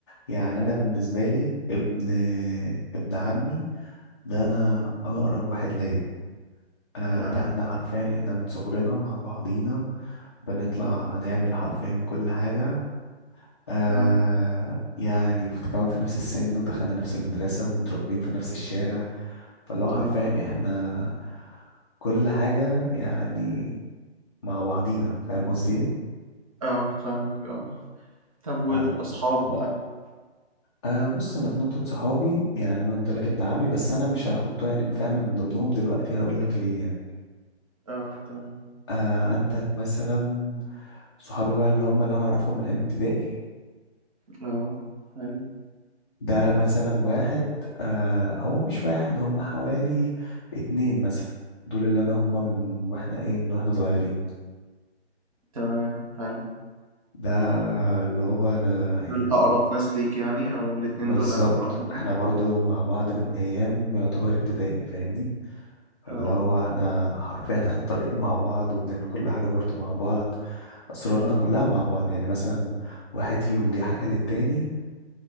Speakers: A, on the left; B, on the right.
A: يعني
B: طيب،
A: انا بالنسبه لي ابن ابن عمي ده انا اقرب واحد ليا آه
B: تمام
A: ده احنا حرفيا احنا من صغرنا مع بعضينا بنطلع
B: اه
A: نعمل حرفيا كل حاجه آه
B: تمام
A: يعني فت- كمان في نفس السن ودخلنا نفس المدرسة ومتربيين في نفس الشارع فاللي هو حرفيا
B: اه
A: احنا كل حاجة يعني مع بعضينا فاهم قصدي ايه؟
B: اه فاهمك اه طب والأصحاب
A: آه
B: بقى
A: آه، بص انا في نقطة صحابي يعني انا قلت لك ابن عمي بس انا مش هحطه يعني فاهم من ضمنهم دلوقتي هقول لك ليه
B: اه تمام
A: آه عندك مثلا صحابي بقى اللي هم اللي انا اعرفهم من ايام ابتدائي
B: اه حلو
A: ده مثلا واحد آه هو مش واحد هم حوالي اتنين مثلا دول اللي انا هم من واحنا ايه من واحنا صغيرين
B: تمام حلو
A: ده اللي هو انا يعني
B: دول أقرب ناس ليك يعني أو الاتنين
A: بالظبط
B: دول أول واحد
A: احنا برضو مع بعض من ايام يعتبر ابتدائي فاهمني
B: اه
A: اللي هو احنا حرفيا احنا <laughs> طالعين مع بعض وبنعمل كل حاجة برضو مع بعض اسرارنا
B: اه
A: كلها مع بعض يعني مثلا واحد فيهم جه حكى للتاني